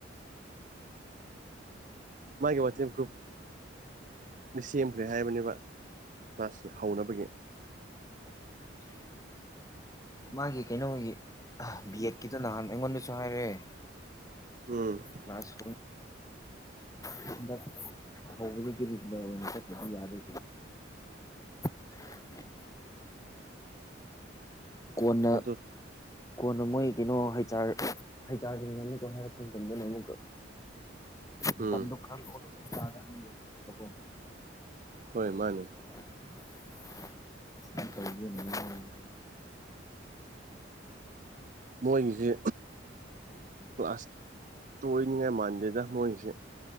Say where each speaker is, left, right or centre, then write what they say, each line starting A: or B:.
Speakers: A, on the right (about 40°); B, on the left (about 20°).
A: ꯃꯥꯒꯤꯦ ꯋꯥꯆꯤꯡ ꯭ꯔꯨꯞ ꯁꯦꯝꯈ꯭ꯔꯦ ꯍꯥꯏꯕꯅꯦꯕ ꯁꯤꯦ ꯍꯧꯅꯕꯒꯤ
B: ꯃꯥꯒꯤ ꯀꯩꯅꯣꯒꯤ ꯕꯤ ꯑꯦꯠ ꯈꯤꯇ ꯅꯍꯥꯟ ꯑꯩꯉꯣꯟꯗꯁꯨ ꯍꯥꯏꯔꯛꯑꯦ
A: ꯎꯝ
B: ꯀ꯭ꯂꯁ ꯍꯩꯗ ꯍꯒꯦ ꯂ ꯌꯥꯗꯦ <unintelligible> ꯀꯣꯟꯅ
A: ꯑꯗꯨ
B: ꯀꯣꯟꯅ ꯃꯣꯏ ꯀꯩꯅꯣ ꯍꯩꯔ ꯍꯩꯆꯥꯥꯔꯗꯨꯅ ꯑꯃꯨꯛꯀ ꯍꯥꯏꯔꯛꯄ ꯃꯇꯝꯟꯗꯅ ꯑꯃꯨꯛꯀ
A: ꯎꯝ
B: ꯃꯇꯝꯗꯨꯣ ꯈꯔ ꯂꯧꯔꯒ ꯑꯥꯗ ꯑꯅꯤ ꯑꯍꯨꯝ ꯆꯠꯄꯀꯣ
A: ꯍꯣꯏ ꯃꯥꯅꯦ
B: ꯒꯤ <unintelligible> <inaudible>
A: ꯃꯣꯏꯒꯤꯁꯤ ꯀ꯭ꯂꯥꯁ ꯇꯣꯏꯅꯤꯉꯥꯏ ꯃꯥꯟꯗꯦꯗ ꯃꯣꯏꯁꯦ